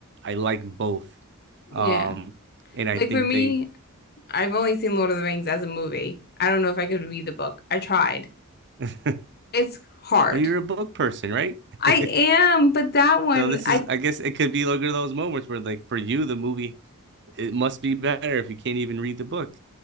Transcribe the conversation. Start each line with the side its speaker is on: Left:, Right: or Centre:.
Right: I like both.
Left: yeah
Right: Um, and I
Left: like
Right: think
Left: for me
Right: they,
Left: I've only seen Lord of the Rings as a movie I don't know if I could read the book I tried
Right: <laughs> but
Left: It's hard.
Right: you're a book person, right?
Left: I
Right: <laughs>
Left: am, but that one,
Right: so this
Left: I
Right: is, I guess, it could be like one of those moments where, like, for you, the movie it must be better if you can't even read the book.